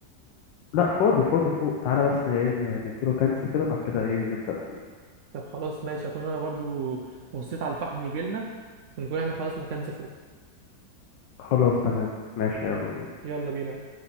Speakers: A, on the left; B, on the right.
A: لا فاضي فاضي فوق تعالى بس ن- إيه، ن- نديله كنسل كده بعد كده إيه نبدأ فيه
B: طب خلاص ماشي اكون انا برضو بصيت على الفحم يجيلنا ونكون احنا خلاص نكنس فوق
A: خلاص تمام ماشي يلا بينا
B: يلا بينا